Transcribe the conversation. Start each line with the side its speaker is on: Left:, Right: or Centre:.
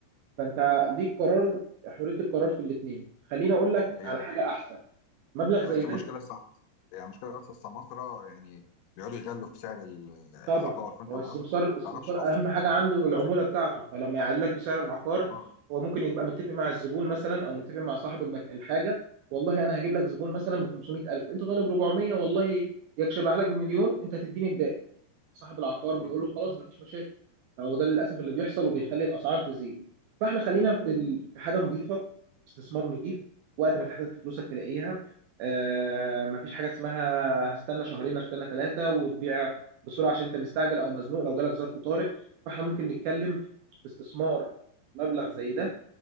Right: فانت ليك قرار حريه القرار في الاثنين خليني اقول لك
Left: هي
Right: على حاجه احسن مبلغ
Left: هي
Right: زي
Left: بس
Right: ده
Left: المشكله
Right: انت
Left: الصع... يعني المشكله بس السماسره يعني بيقعدوا يغلوا في سعر ال- العقار
Right: طبعا
Left: فانت
Right: هو
Left: ما
Right: السمسار
Left: بتعرف- ما
Right: السمسار
Left: تعرفش اصل
Right: اهم حاجه
Left: الأصل
Right: عنده العموله
Left: سعر
Right: بتاعته فلما يعلي لك في سعر العقار
Left: اه
Right: هو ممكن يبقى متفق مع الزبون مثلا او متفق مع صاحب المك... الحاجه والله انا هجيب لك زبون مثلا ب 500000 انت طالب 400 والله يكشبها لك بمليون انت هتديني الباقي صاحب العقار بيقول
Left: م-
Right: له خلاص مفيش مشاكل فهو ده للاسف اللي بيحصل وبيخلي الاسعار تزيد فاحنا خلينا في ال- في حاجه نظيفه استثمار نظيف وقت ما تحتاج فلوسك تلاقيها آه مفيش حاجه اسمها هستنى شهرين هستنى ثلاثه وتبيع بسرعه عشان انت مستعجل او مزنوق لو جالك ظرف طارئ فاحنا ممكن نتكلم في استثمار مبلغ زي ده